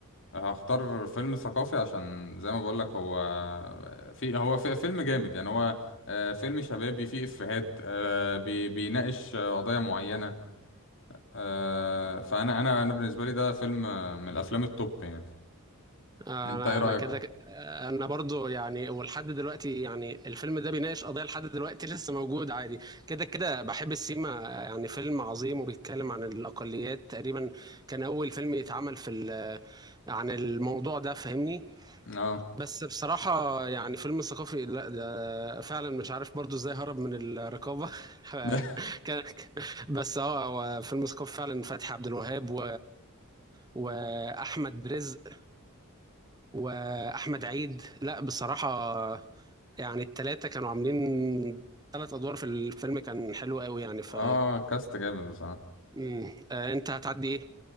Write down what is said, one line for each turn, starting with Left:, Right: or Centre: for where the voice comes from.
Left: هختار فيلم ثقافي عشان زي ما بقول لك هو في هو في فيلم جامد يعني هو آه، فيلم شبابي فيه افيهات آه، بي- بيناقش آه، قضايا معينه آه، فانا انا انا بالنسبه لي ده فيلم آه، من الافلام التوب يعني
Right: انا
Left: انت ايه رايك
Right: انا كده ك- انا برضو يعني ولحد دلوقتي يعني الفيلم ده بيناقش قضيه لحد دلوقتي <laughs> لسه موجود عادي كده كده بحب السيما يعني فيلم عظيم وبيتكلم عن الاقليات تقريبا كان اول فيلم يتعمل في ال- عن الموضوع ده فاهمني
Left: اه
Right: بس بصراحه يعني فيلم ثقافي لا ده فعلا مش عارف برضو ازاي هرب من الرقابه
Left: <laughs>
Right: <laughs> كان بس اه هو فيلم ثقافي فعلا فتحي عبد الوهاب و... واحمد رزق واحمد عيد لا بصراحه يعني التلاتة كانوا عاملين تلات ادوار في الفيلم كان حلو قوي يعني ف
Left: اه كاست جامد بصراحه
Right: مم. آه، انت هتعدي ايه